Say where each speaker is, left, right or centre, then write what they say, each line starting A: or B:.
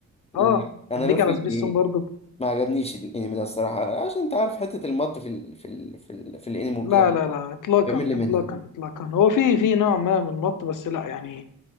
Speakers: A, on the left; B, on the left.
A: اه
B: لا،
A: كان
B: انا
A: بيجي
B: لوفي
A: على سبيستون برضو
B: ما عجبنيش الانمي ده الصراحه عشان انت عارف حته المط في ال... في ال... في, ال... في الانمي
A: لا
B: وكده
A: لا لا اطلاقا
B: بيعمل لي
A: اطلاقا
B: منها
A: اطلاقا هو في في نوع ما من المط بس لا يعني